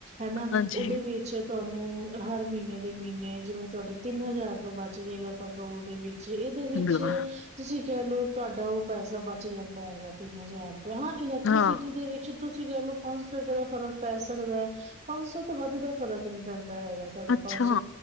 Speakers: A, on the right (about 35°); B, on the left (about 85°).
A: ਹਨਾ
B: ਹਾਂਜੀ
A: ਉਹਦੇ ਵਿੱਚ ਤੁਹਾਨੂੰ ਹਰ ਮਹੀਨੇ ਦੇ ਮਹੀਨ ਨੇ ਜਿਵੇਂ ਤੁਹਾਡੇ ਤਿੰਨ ਹਜ਼ਾਰ ਰੁਪਏ ਬਚ ਜੇਗਾ ਪਰ ਰੋਲ ਦੇ ਵੀ ਚ, ਇਹਦੇ ਵਿੱਚ
B: ਬਿਲਕੁਲ
A: ਤੁਸੀਂ ਕਹਿ ਲੋਓ, ਤੁਹਾਡਾ ਉਹ ਪੈਸਾ ਬਚ ਜਾਂਦਾ ਹੈਗਾ ਤਿੰਨ ਹਜ਼ਾਰ ਹਾਂ ਇਲੈਕਟ੍ਰੀਸਿਟੀ
B: ਹਾਂ
A: ਦੇ ਵਿੱਚ ਤੁਸੀਂ ਕਹਿ ਲਓ, ਪੰਜ ਸੌ ਰੁਪਏ ਦਾ ਫ਼ਰਕ ਪੈ ਸਕਦਾ ਐ, ਪੰਜ ਸੌ ਤੋਂ ਵੱਧ ਦਾ ਫ਼ਰਕ ਨੀ ਪੈਂ ਦਾ ਹੈਗਾ, ਤੁਹਾਡਾ
B: ਅੱਛਾ
A: ਪੰਜ ਸੋ